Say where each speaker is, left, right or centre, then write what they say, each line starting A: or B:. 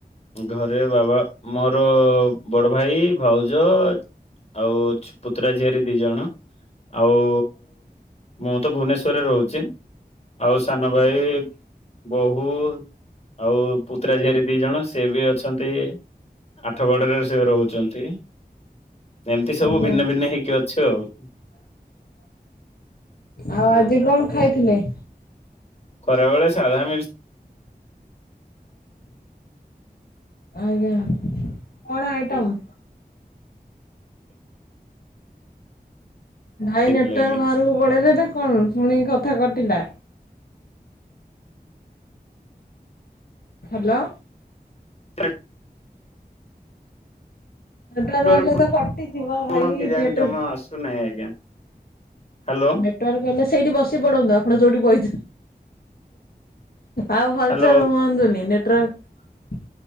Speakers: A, on the left; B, on the left.
A: ଘରେ ବାବା ମୋର ବଡ ଭାଇ ଭାଉଜ ଆଉ ପୁତୁରା ଝିଅରି ଦି ଜଣ ଆଉ ମୁଁ ତ ଭୁବନେଶ୍ଵରରେ ରହୁଛି। ଆଉ ସାନ ଭାଇ ବୋହୂ ଆଉ ପୁତ୍ରା ଝିଆରୀ ଦି ଜଣ। ସେ ବି ଅଛନ୍ତି ଆଠଗଡରେ ସେ ରହୁଛନ୍ତି। ଏମିତି ସବୁ
B: ଆଜ୍ଞା।
A: ଭିନ୍ନ ଭିନ୍ନ ହେଇକି ଅଛୁ ଆଉ।
B: ଆଉ ଆଜି କଣ ଖାଇଥିଲେ?
A: ଖରାବେଳେ ସାଧା ମିଲ୍ସ।
B: ଆଜ୍ଞା କଣ ଆଇଟମ୍? ଭାଇ
A: ଖାଇଥିଲେ
B: ନେଟୱାର୍କ
A: ଆଜ୍ଞା।
B: ବାହାରକୁ ପଳେଇଲେ ନା କଣ? ଶୁଣିକି କଥା କଟିଲା। ହ୍ୟାଲୋ
A: ତ <inaudible>
B: ଟ
A: ନେଟୱାର୍କ
B: ହେହଲେ ତ କଟିଯିବ ଭାଇ
A: କଣ କେଜାଣି
B: ଟରେ
A: ଜମା
B: <inaudible>
A: ଆସୁନାହିଁ ଆଜ୍ଞା। ହ୍ୟାଲୋ
B: ନେଟୱାର୍କ ହେଲେ ସେଇଠି ବସି ପଡନ୍ତୁ ଆପଣ ଯୋଉଠି ବଇ ଆଉ
A: ହ୍ୟାଲୋ।
B: ହଲଚଲ ହୁଅନ୍ତୁନି ନେଟୱାର୍କ